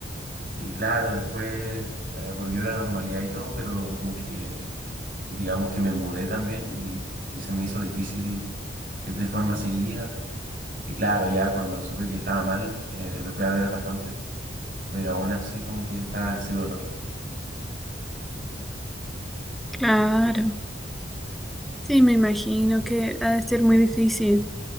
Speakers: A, on the right; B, in the centre.
A: Y claro, después eh, volvió la normalidad y todo, pero como que digamos que me mudé también y, y se me hizo difícil ir de forma seguida. Y claro, ya cuando supe que estaba mal, eh, lo fui a ver bastante, pero aún así como que está ese dolor.
B: Claro. Sí, me imagino que ha de ser muy difícil.